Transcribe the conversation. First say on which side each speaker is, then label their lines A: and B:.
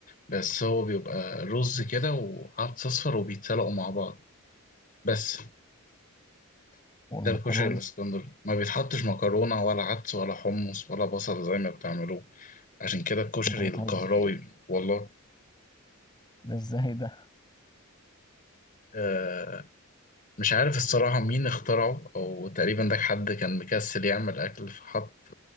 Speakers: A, on the left; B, on the left.
A: بس هو بيبقى رز كده وعدس أصفر وبيتسلقوا مع بعض بس
B: والمكرونة
A: ده الكشري الاسكندري ما بيتحطش مكرونة ولا عدس ولا حمص ولا بصل زي ما بتعملوه عشان كده الكشري
B: انت بتهزر
A: القهراوي والله
B: ده ازاي ده
A: آه مش عارف الصراحة مين اخترعه أو تقريبا ده حد كان مكسل يعمل أكل فحط